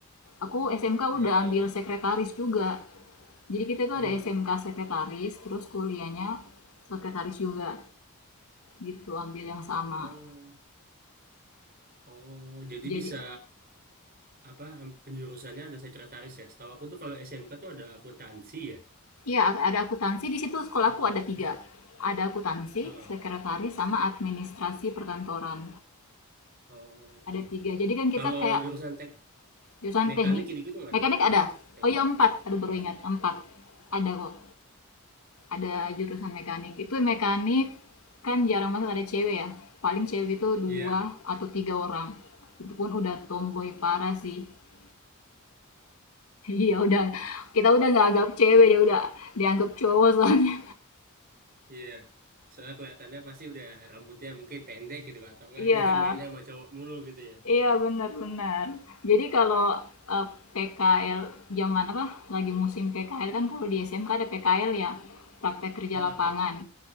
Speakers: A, on the left (about 75°); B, on the right (about 45°).
A: aku SMK
B: Oh,
A: udah ambil sekretaris juga jadi kita tuh
B: hmm.
A: ada SMK sekretaris terus kuliahnya sekretaris juga gitu ambil yang sama
B: oh Oh, jadi
A: jadi
B: bisa apa em- penjurusannya ada sekretaris ya? Setahu aku tuh kalau SMK tuh ada akuntansi ya,
A: Iya, ada akuntansi di situ sekolahku
B: akuntansi.
A: ada tiga. Ada akuntansi,
B: Heeh.
A: sekretaris, sama administrasi perkantoran.
B: Oh,
A: Ada tiga. Jadi kan
B: kalau
A: kita kayak
B: jurusan tek
A: jurusan
B: mekanik
A: teknik.
B: gitu-gitu nggak
A: Mekanik
B: ada Kak?
A: ada?
B: Teknik?
A: Oh iya empat. Aduh baru
B: Oh, ada
A: ingat
B: juga.
A: empat. Ada kok. Ada jurusan mekanik. Itu mekanik kan jarang banget ada cewek ya. Paling cewek itu dua
B: Iya,
A: atau tiga orang. Itu pun udah tomboy parah sih. <laughs> Iya udah kita udah nggak anggap cewek dia udah dianggap cowok soalnya.
B: iya. Soalnya kelihatannya pasti udah rambutnya mungkin pendek gitu Kak. atau nggak
A: <laughs> Iya.
B: ada <laughs> mainnya sama cowok mulu gitu ya.
A: Iya, benar benar. Jadi kalau, eee, PKL zaman apa, lagi musim PKL kan kalau di SMK ada PKL ya, praktek kerja
B: Heeh.
A: lapangan.